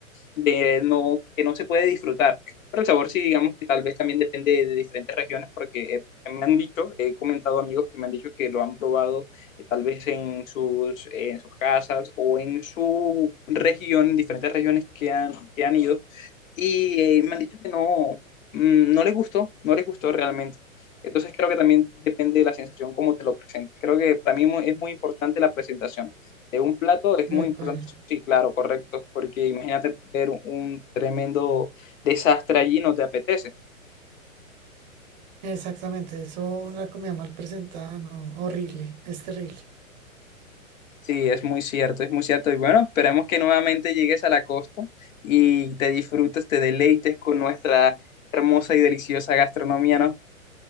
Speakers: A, on the left; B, on the right.
A: de no, que no se puede disfrutar. Pero el sabor sí, digamos que tal vez también depende de diferentes regiones, porque eh, me han dicho, he comentado amigos que me han dicho que lo han probado eh, tal vez en sus, eh, en sus casas o en su región, en diferentes regiones que han, que han ido, y eh, me han dicho que no, mm, no les gustó, no les gustó realmente. Entonces creo que también depende de la sensación, cómo te lo presentes. Creo que para mí mu- es muy importante la presentación de un plato, es
B: de
A: muy
B: acuerdo.
A: importante, sí, claro, correcto, porque imagínate ver un, un tremendo desastre allí, no te apetece.
B: Exactamente, eso una comida mal presentada, no, horrible, es terrible.
A: Sí, es muy cierto, es muy cierto. Y bueno, esperemos que nuevamente llegues a la costa y te disfrutes, te deleites con nuestra hermosa y deliciosa gastronomía, ¿no?